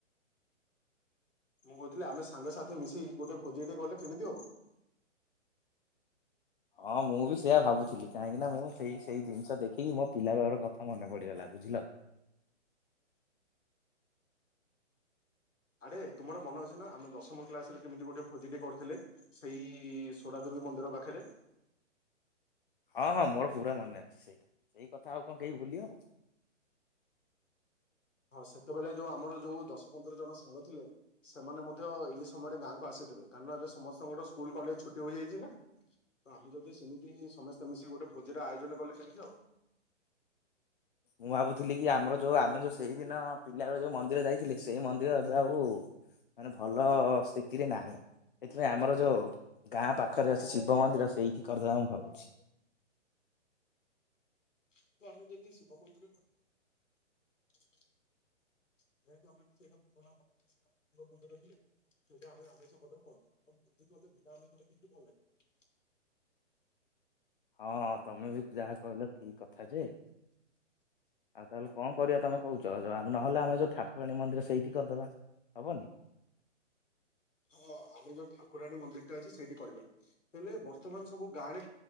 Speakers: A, on the left; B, on the left.
A: ମୁଁ କହୁଥିଲି ଆମେ ସାଙ୍ଗସାଥି ମିଶି ଗୋଟେ ଭୋଜି ଟିକେ କଲେ କେମିତି ହବ
B: ହଁ ମୁଁ ବି ସେୟଆ ଭାବୁଥିଲି କାହିଁକି ନା ମୁଁ ସେଇ ସେଇ ଜିନିଷ ଦେଖିକି ମୋ ପିଲା ବେଳର କଥା ମନେ ପଡିଗଲା ବୁଝିଲ
A: ଆରେ ତୁମର ମନ ଅଛି ନା ଆମେ ଦଶମ କ୍ଲାସରେ କେମିତି ଗୋଟେ ଭୋଜିଟି କରିଥିଲେ ସେଇ ସୋଡ଼ା ଦେବୀ ମନ୍ଦିର ପାଖରେ
B: ହଁ ହଁ ମୋର ପୁରା ମନେ ଅଛି ସେଇଟା ସେଇ କଥା ଆଉ କଣ କେହି ଭୁଲି ହବ
A: ହଁ ସେତେବେଳେ ଯୋଉ ଆମର ଯୋଉ ଦଶ ପନ୍ଦର ଜଣ ସାଙ୍ଗ ଥିଲେ ସେମାନେ ମଧ୍ୟ ଏଇ ସମୟରେ ଗାଁକୁ ଆସିଥବେ କାରଣ ଏବେ ସମସ୍ତେ ସ୍ଲ କଲେଜ ଛୁଟି ହେଇଯାଇଛି ନା ତ ଆମେ ଯଦି ସେମିତି ସମସ୍ତେ ମିଶିକି ଗୋଟେ ଭୋଜିର ଆୟୋଜନ କଲେ କେମିତି ହଉ
B: ମୁଁ ଭାବୁଥିଲି କି ଆମର ଯୋଉ ଆମେ ଯୋଉ ସେଇଦିନ ପିଲାବେଳେ ଯୋଉ ମନ୍ଦିର ଯାଇଥିଲି ସେଇ ମନ୍ଦିର ଏବେ ଆଉ ମାନେ ଭଲ ସ୍ଥିତିରେ ନାହିଁ ସେଥିପାଇଁ ଆମର ଯୋଉ ଗାଁ ପାଖରେ ଅଛି ଶିବ ମନ୍ଦିର ସେଇଠି କରିଦେବା ମୁଁ ଭାବୁଛି।
A: କିନ୍ତୁ ଆମେ ଯକି ଶିବ ମନ୍ଦିରଛ ଯେେତୁ ଆମେ ସେଟା ପୁରୁଣା ମନ୍ଦିର ସୋ ମାଙ୍ଗ ମନ୍ଦିର ଥିଲା ସେଇଟା ଆମେ ଆମିଷ ପରେ କରି ଆଉ ଭୋଜି କେ ବିନା ଆମିଷ କେମି ଭଲ ଲାଗେ
B: ହଁ ତମେ ବି ଯାହା କହିଲ ଠିକ କଥା ଯେ ଆଉ ତାହେଲେ କଣ କରିବା ତମେ କହୁଛ ଆ ନହେଲେ ଆମେ ଯୋଉ ଠାକୁରାଣୀ ମନ୍ଦିର ସେଇଠି କରିଦବା ହବନି
A: ହଁ ଆମେ ଯୋଉ ଠାକୁରାଣୀ ମନ୍ଦିରଟା ଅଛି ସେଇଠି କରିବା ହେଲେ ବର୍ତମାନ ସବୁ ଗାଁରେ